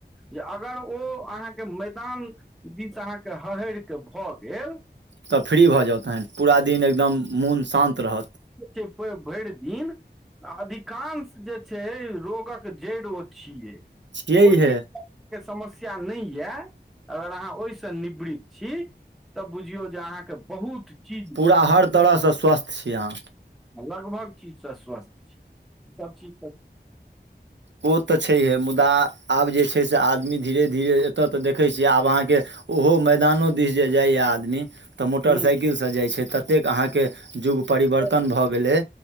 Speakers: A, in the centre; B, on the right.
A: जे अगर ओ अहाँके मैदान दिस अहाँके हहर कऽ भऽ गेल
B: तऽ फ्री भऽ जाउ तखन पूरा दिन एकदम मोन शान्त रहत
A: भरि दिन अधिक कांश जे छै रोगक जड़ि ओ छियै
B: छियै
A: ओ
B: हे
A: चीज के समस्या नहि यए अगर अहाँ ओहिसँ निवृत छी तब बुझियौ जे अहाँके बहुत चीज
B: पूरा हर तरहसँ स्वस्थ छी अहाँ
A: लगभग चीजसँ स्वस्थ छै ई सब चीजसँ
B: ओ तऽ छैहे मुदा आब जे छै से आदमी धीरे धीरे एतऽ तऽ देखै छियै आब अहाँके ओहो मैदानो दिस जे जाइए आदमी तऽ मोटरसाइकिलसँ
A: नीक
B: जाइ छै ततेक अहाँके युग परिवर्तन
A: छै
B: भऽ गेलै